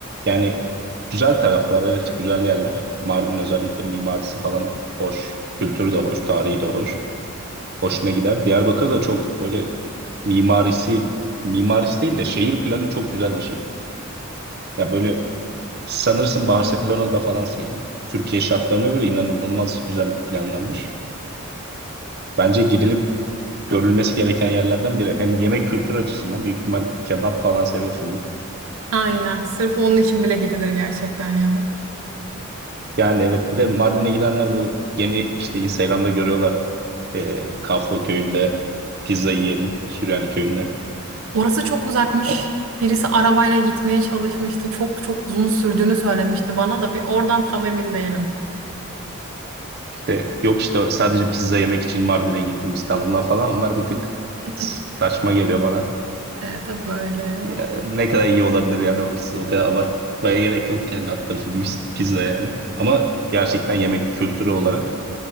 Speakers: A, on the right; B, on the right.
A: yani güzel taraflar evet güzel yerler. Mardin özellikle mimarisi falan hoş. Kültürü de hoş, tarihi de hoş. Hoşuna gider. Diyarbakır da çok böyle mimarisi mimarisi değil de şehir planı çok güzel bir şehir. Ya böyle sanırsın Barcelona'da falansın yani. Türkiye şartlarına göre inanılmaz güzel planlanmış. Bence gidilip görülmesi gereken yerlerden biri. Hem yemek kültürü açısından büyük ihtimal kebap falan seviyorsun
B: Aynen. Sırf onun için bile gidilir gerçekten ya.
A: Yani evet bir de Mardin'e gidenler bu yeni işte Instagram'da görüyorlar. Ee, Kafro köyünde pizza yiyelim. Süryani köyünde.
B: Orası çok uzakmış.
A: O,
B: Birisi arabayla gitmeye çalışmıştı. Çok çok uzun sürdüğünü söylemişti bana da bir oradan tam emin değilim.
A: işte, yok işte sadece pizza yemek için Mardin'e gittim İstanbul'dan falan. Onlar bir tık
B: <laughs>
A: saçma geliyor bana.
B: E, tabii böyle ya.
A: Ya, ne kadar iyi olabilir yani o pizza. O kadar abartmaya gerek yok yani alt tarafı bir pizza yani. Ama gerçekten yemek kültürü olarak